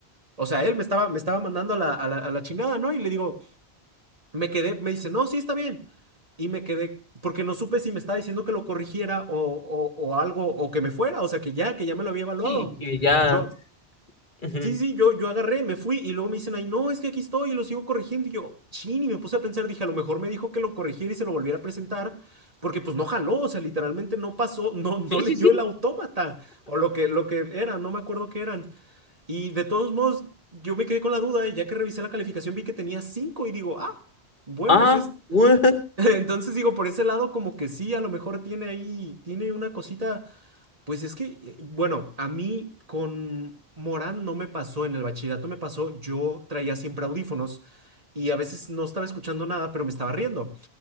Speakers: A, on the right; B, on the left.
A: O sea, él me estaba, me estaba mandando a la, a la, a la chingada, ¿no? Y le digo, me quedé, me dice, no, sí está bien. Y me quedé, porque no supe si me estaba diciendo que lo corrigiera o, o- o algo, o que me fuera, o sea, que ya, que ya me lo había evaluado.
B: sí, que ya.
A: Yo,
B: ujú.
A: sí, sí, yo, yo agarré, me fui y luego me dicen, ay, no, es que aquí estoy y lo sigo corrigiendo. Y yo, chin, y me puse a pensar, dije, a lo mejor me dijo que lo corrigiera y se lo volviera a presentar, porque pues no jaló, o sea, literalmente no pasó, no, no
B: Sí,
A: leyó
B: sí, sí.
A: el autómata o lo que, lo que era, no me acuerdo qué eran. Y de todos modos, yo me quedé con la duda y ya que revisé la calificación vi que tenía 5 y digo, ah. Bueno,
B: Ah,
A: entonces
B: bueno.
A: <laughs> Entonces digo, por ese lado como que sí, a lo mejor tiene ahí, tiene una cosita, pues es que, eh, bueno, a mí con Morán no me pasó, en el bachillerato me pasó, yo traía siempre audífonos y a veces no estaba escuchando nada, pero me estaba riendo,